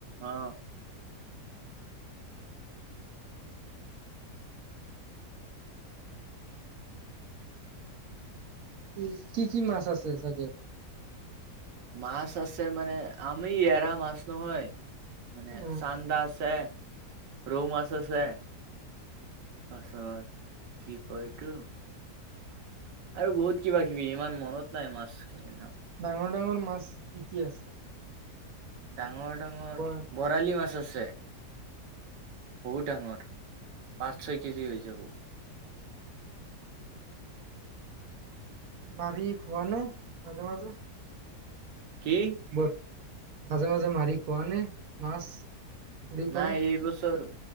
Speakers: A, on the right; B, on the right.
A: অ।
B: উ, কি কি মাছ আছে চাগে?
A: মাছ আছে মানে আমি এৰা মাছ নহয়। মানে
B: উম
A: চান্দা আছে। ৰৌ মাছ আছে পাছত কি কয় এইটো? আৰু বহুত কিবা কিবি ইমান মনত নাই মাছ খিনিৰ নাম।
B: ডাঙৰ ডাঙৰ মাছ কি কি আছে?
A: ডাঙৰ ডাঙৰ
B: ব
A: বৰালি মাছ আছে। যে। বহুত ডাঙৰ পাঁচ ছয় কেজি হৈ যাব।
B: মাৰি খোৱা নে মাজে মাজে?
A: কি?
B: বৰ মাজে মাজে মাৰি খোৱা নে মাছ? পুখুৰী পৰা
A: নাই এইবছৰ।